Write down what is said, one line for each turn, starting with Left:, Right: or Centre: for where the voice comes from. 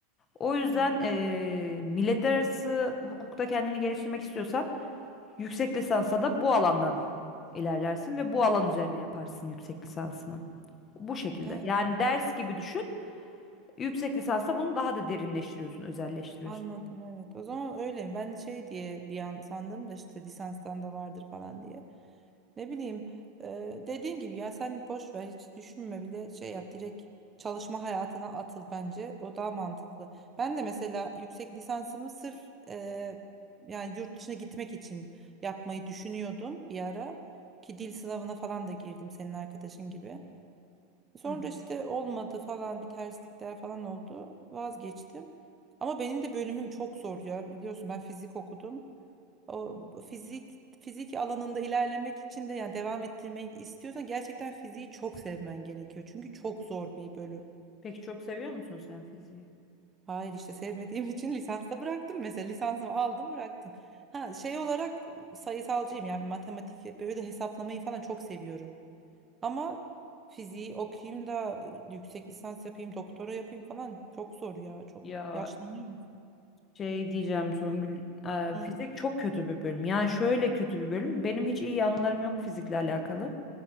Left: O yüzden
Right: Hmm.
Left: eee milletler arası hukukta kendini geliştirmek istiyorsan yüksek lisansa da bu alandan ilerlersin ve bu alan üzerine yaparsın yüksek lisansını. Bu şekilde.
Right: Yani.
Left: Yani ders gibi düşün. Yüksek lisansa bunu daha da derinleştiriyorsun, özelleştiriyorsun.
Right: Anladım evet. O zaman öyle mi? Ben şey diye bir an sandım da işte lisanstan da vardır falan diye. Ne bileyim e, dediğin gibi ya sen boş ver hiç düşünme bile şey yap direkt çalışma hayatına atıl bence. O daha mantıklı. Ben de mesela yüksek lisansımı sırf e, yani yurt dışına gitmek için yapmayı düşünüyordum bir ara. Ki dil sınavına falan da girdim senin arkadaşın gibi. Sonra
Left: Hı hı.
Right: işte olmadı falan bir terslikler falan oldu. Vazgeçtim. Ama benim de bölümüm çok zor ya. Biliyorsun ben fizik okudum. O
Left: hı hı.
Right: fizik fizik alanında ilerlemek için de yani devam ettirmek istiyorsan gerçekten fiziği çok sevmen gerekiyor. Çünkü çok zor bir bölüm.
Left: Peki çok seviyor musun sen fiziği?
Right: Hayır işte sevmediğim <laughs> için lisansta bıraktım mesela. Lisansımı aldım bıraktım. Ha şey olarak sayısalcıyım yani matematik böyle hesaplamayı falan çok seviyorum. Ama fiziği okuyayım da yüksek lisans yapayım, doktora yapayım falan çok zor ya. Çok
Left: Ya
Right: yaşlanıyor insan.
Left: Şey diyeceğim Songül, e,
Right: Hı.
Left: fizik çok kötü bir bölüm. Yani şöyle kötü bir bölüm. Benim hiç iyi anılarım yok fizikle alakalı.